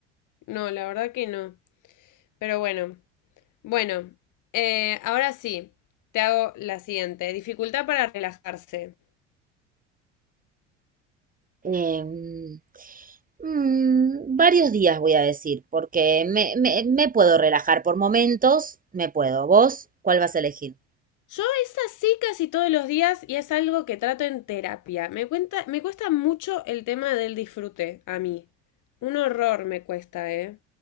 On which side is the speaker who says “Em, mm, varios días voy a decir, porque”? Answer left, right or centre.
Right